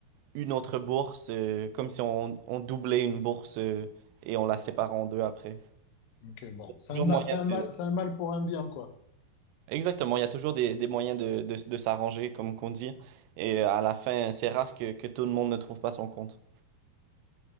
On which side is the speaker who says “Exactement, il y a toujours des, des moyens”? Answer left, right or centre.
Right